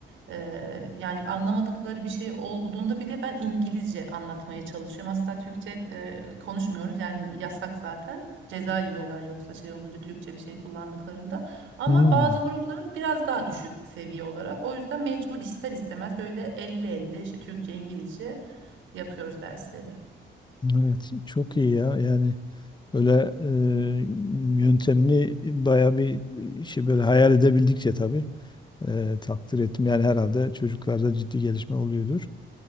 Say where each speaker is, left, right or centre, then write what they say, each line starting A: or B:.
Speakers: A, on the right; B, on the left.
A: Ee, yani anlamadıkları bir şey olduğunda bile ben İngilizce anlatmaya çalışıyorum. Asla Türkçe e, konuşmuyoruz yani yasak zaten. ceza yiyorlar yoksa şey olunca Türkçe bir şey kullandıklarında. Ama
B: Hmm,
A: bazı grupların biraz daha düşük seviye olarak. O yüzden mecbur ister istemez böyle elli elli işte Türkçe, İngilizce yapıyoruz dersleri.
B: evet çok iyi ya yani böyle e, yöntemli baya bir şey böyle hayal edebildikçe tabii e, takdir ettim yani herhalde çocuklarda ciddi gelişme oluyordur.